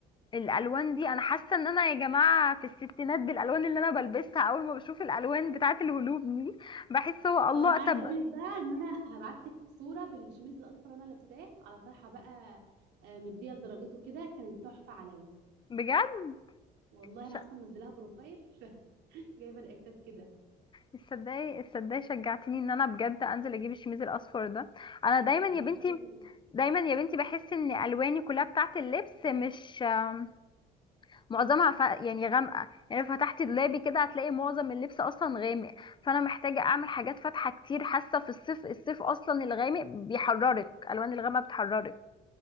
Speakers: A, on the left (about 30°); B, on the right (about 85°).
A: الالوان دي انا حاسه ان انا يا جماعه في الستينات بالالوان اللي انا بلبسها اول ما بشوف الالوان بتاعه الهلوب دي بحس هو
B: طب
A: الله
B: انا عايزه
A: طب
B: اقول لك بقى ان انا هبعت لك صوره بالشميز الاصفر وانا لابساه على طرحه بقى آه، مديه لدرجته كده كانت تحفه عليا
A: بجد
B: والله
A: ش-
B: انا اصلا منزلاها بروفايل <laughs> جايبه رياكتات كده
A: تصدقي تصدقي شجعتيني ان انا بجد انزل اجيب الشميز الاصفر ده انا دايما
B: ده
A: يا
B: تحفه
A: بنتي
B: قوي
A: دايما يا بنتي بحس ان الواني كلها بتاعه اللبس مش آم، معظمها ف... يعني غامقه يعني لو فتحتي دولابي كده هتلاقي معظم اللبس اصلا غامق فانا محتاجه اعمل حاجات فاتحه كتير حاسه في الصيف الصيف اصلا الغامق بيحررك الالوان الغامقه بتحررك